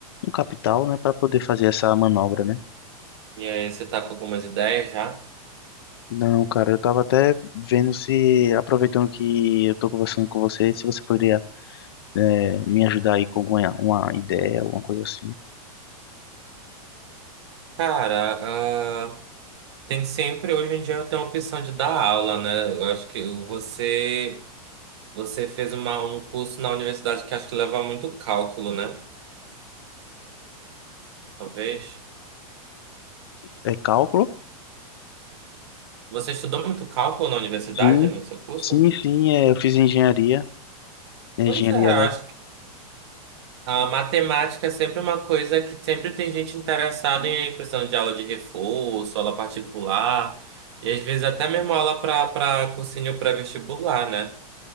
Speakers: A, on the left (about 40°); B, on the right (about 45°).
A: um capital, né, para poder fazer essa manobra, né?
B: E aí, você tá com algumas ideias já?
A: Não, cara, eu tava até vendo se, aproveitando que eu tô conversando com você, se você poderia eh, me ajudar aí com alguma uma ideia, alguma coisa assim.
B: Cara, ah, tem sempre, hoje em dia tem a opção de dar aula, né? Eu acho que o- você, você fez uma, um curso na universidade que acho que leva muito cálculo, né? Talvez.
A: É cálculo?
B: Você estudou muito cálculo na universidade,
A: Sim,
B: no seu curso?
A: sim, sim, É, eu fiz engenharia, eh,
B: Pois
A: engenharia
B: é,
A: elétrica.
B: acho que a matemática é sempre uma coisa que sempre tem gente interessada em precisando de aula de reforço, aula particular, e às vezes até mesmo aula para para cursinho pré-vestibular, né?